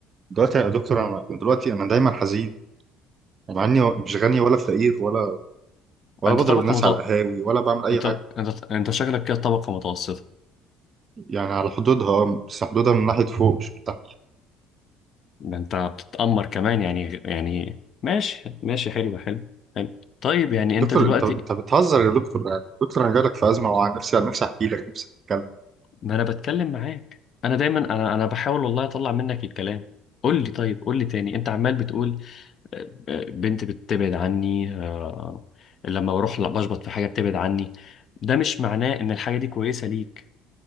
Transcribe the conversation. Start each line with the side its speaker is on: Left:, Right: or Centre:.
Right: دلوقتي يا دكتور انا دلوقتي انا دايما حزين مع اني مش غني ولا فقير ولا ولا
Left: انت
Right: بضرب
Left: طبقة
Right: الناس
Left: متوسطة
Right: على القهاوي ولا بعمل اي
Left: انت
Right: حاجه
Left: انت انت شكلك كده طبقة متوسطة
Right: يعني على حدودها آه، بس حدودها من ناحيه فوق مش من تحت
Left: ده انت بتتأمر كمان يعني يعني ماشي ماشي حلو حلو حلو طيب يعني
Right: دكتور
Left: انت دلوقتي
Right: انت انت بتهزر يا دكتور يعني دكتور انا جالك في ازمه وعن نفسي عن نفسي احكي لك نفسي اتكلم
Left: ما انا بتكلم معاك انا دايما انا انا بحاول والله اطلع منك الكلام قول لي طيب قول لي تاني انت عمال بتقول آه، آه، بنت بتبعد عني آه، لما بروح لا بشبط في حاجة بتبعد عني ده مش معناه ان الحاجة دي كويسة ليك